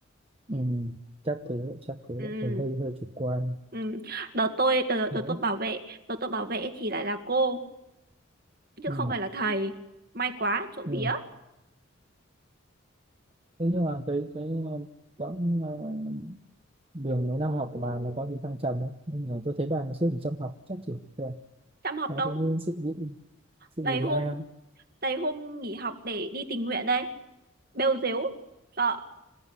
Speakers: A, on the right; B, on the right.
A: ừ, chắc thế chắc thế
B: ừ
A: mình hơi hơi chủ quan
B: ừ đợt tôi đợt,
A: đấy
B: đợt tôi bảo vệ đợt tôi bảo vệ thì lại là cô chứ
A: ừ.
B: không phải là thầy may quá trộm
A: Ừ.
B: vía
A: Thế nhưng mà cái cái ờ, quãng ờ, đường mấy năm học của bà nó có gì thăng trầm không nhưng mà tôi thấy bà ngày xưa chỉ chăm học chắc chỉ rồi
B: chăm học
A: nó
B: đâu
A: cũng sự vụ sự
B: đầy
A: vụ gì
B: hôm
A: hay không
B: đầy hôm nghỉ học để đi tình nguyện đây bêu dếu sợ